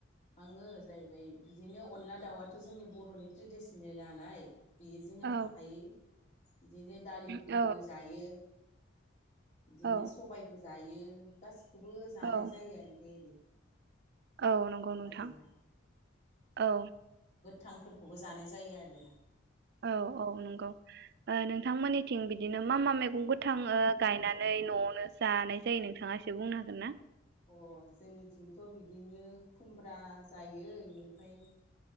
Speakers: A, on the left (about 35°); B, on the right (about 55°).
A: आङो जाहैबाय बिदिनो अनला दाउआथ' जोंनि बर'नि ट्रेडिसनेल नालाय बेयो जोङो
B: औ
A: थाखायो बिदिनो दालिफोरबो
B: औ
A: जायो। बिदिनो
B: औ
A: सबायबो जायो गासि बेखौबो जानाय
B: औ
A: जायो आरो दे ओरै
B: औ नंगौ नोंथां।
A: बाहेरा
B: औ।
A: थांफोरखौबो जानाय जायो आरो
B: औ औ नंगौ ओ नोंथांमोननि जों बिदिनो मा मा मैगं गो थाङो गायनानै न'आवनो जानाय जायो नोंथाङा एसे बुंनो हागोन ना?
A: अ जोंनिथिंथ' बिदिनो खुमब्रा जायो बेनिफ्राय